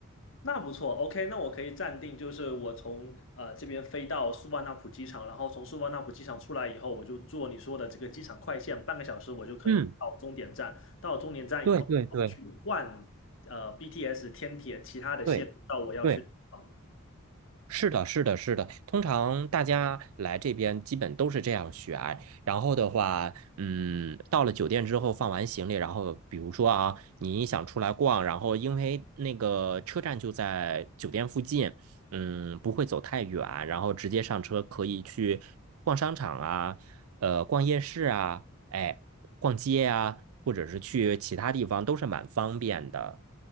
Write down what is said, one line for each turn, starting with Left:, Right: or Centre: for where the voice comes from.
Left: 那不错，OK，那我可以暂定，就是我从呃这边飞到素万那普机场，然后从素万那普机场出来以后，我就坐你说的这个机场快线，半个小时我就可以到终点站。
Right: 嗯，
Left: 到终点站以后，
Right: 对对对
Left: 去换呃 BTS 天铁其他的线路到我要去的地方。
Right: 对对。是的，是的，是的。通常大家来这边基本都是这样选。然后的话，嗯，到了酒店之后放完行李，然后比如说啊，你想出来逛，然后因为那个车站就在酒店附近，嗯，不会走太远，然后直接上车可以去逛商场啊，呃，逛夜市啊，哎，逛街啊，或者是去其他地方都是蛮方便的。